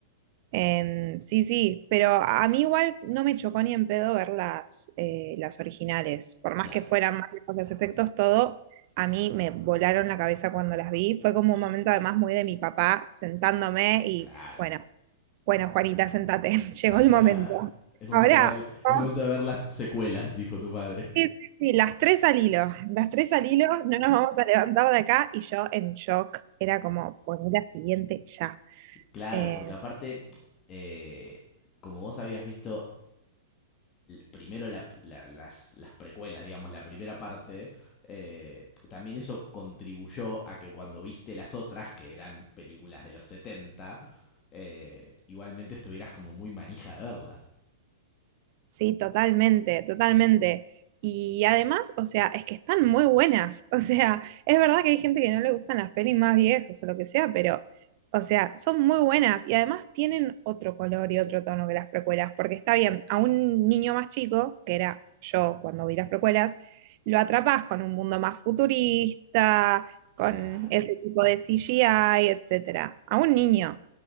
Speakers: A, on the right; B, on the left.
A: Em, sí, sí, pero a mí igual no me chocó ni en pedo ver las, eh, las originales. Por más
B: Claro,
A: que fueran más lejos los efectos, todo, a mí me volaron la cabeza cuando las vi. Fue como un momento además muy de mi papá sentándome y
B: claro.
A: bueno, bueno, Juanita, sentate, <laughs> llegó
B: <laughs>
A: el momento.
B: es, momento
A: Ahora,
B: de ver,
A: vamos-
B: es momento de ver las secuelas, dijo tu padre.
A: sí, sí, sí, las tres al hilo, las tres al hilo, no nos vamos a levantar de acá y yo en shock, era como poner la siguiente ya.
B: Claro,
A: Em,
B: porque aparte, eh, como vos habías visto primero la- la- las, las precuelas, digamos, la primera parte, eh, también eso contribuyó a que cuando viste las otras, que eran películas de los 70, eh, igualmente estuvieras como muy manija de verlas.
A: Sí, totalmente, totalmente. Y además, o sea, es que están muy buenas. <laughs> O sea, es verdad que hay gente que no le gustan las pelis más viejas o lo que sea, pero, o sea, son muy buenas. Y además tienen otro color y otro tono que las precuelas, porque está bien, a un niño más chico, que era yo cuando vi las precuelas, lo atrapas con un mundo más futurista, con
B: Claro.
A: ese tipo de CGI, etcétera. A un niño.